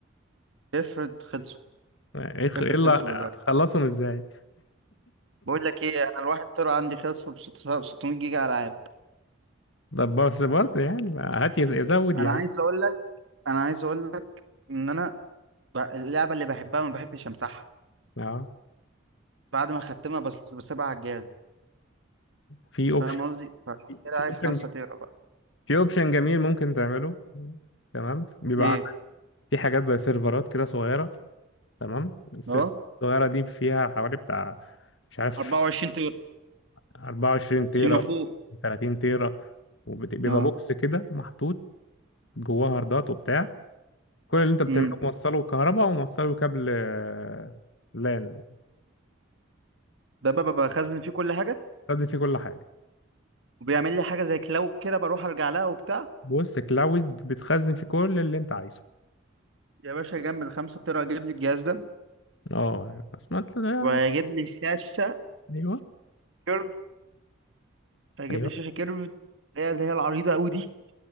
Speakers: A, on the right (about 70°); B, on the left (about 65°).
A: افرض خلصوا
B: يعني اخ-
A: افرض
B: الا
A: خلصوا
B: هتخلصهم
A: دلوقتي
B: ازاي
A: بقول لك ايه انا الواحد تيرا عندي خلصوا ب 600 جيجا العاب
B: ده بس برضه يعني ما هات يز- يزود
A: انا
B: يا عم
A: عايز اقول لك انا عايز اقول لك ان انا ب- اللعبه اللي بحبها ما بحبش امسحها
B: اه
A: بعد ما ختمها بس بسيبها على الجهاز
B: في اوبشن
A: فاهم قصدي فعشان كده
B: في
A: عايز
B: اوبشن
A: 5 تيرا بقى
B: في اوبشن جميل ممكن تعمله تمام بيبقى
A: ايه
B: عندك في حاجات زي سيرفرات كده صغيره تمام السيرفرات
A: اه
B: الصغيره دي فيها حوالي بتاع مش عارف
A: 24 تيرا
B: 24 تيرا
A: فيما فوق
B: 30 تيرا وبيبقى
A: اه
B: بوكس كده محطوط جواه هاردات وبتاع كل اللي انت بتعمله
A: امم
B: موصله كهرباء وموصله كابل آه، لان
A: ده بقى بقى بخزن فيه كل حاجه
B: بتخزن فيه كل حاجه
A: وبيعمل لي حاجه زي كلاود كده بروح ارجع لها وبتاع
B: بص كلاود بتخزن فيه كل اللي انت عايزه
A: يا باشا جنب ال 5 تيرا هجيب لي الجهاز ده
B: اه سمعت ده
A: وهيجيب لي شاشه
B: ايوه
A: كيرف هيجيب
B: ايوه
A: لي شاشه كيرف اللي هي اللي هي العريضه قوي دي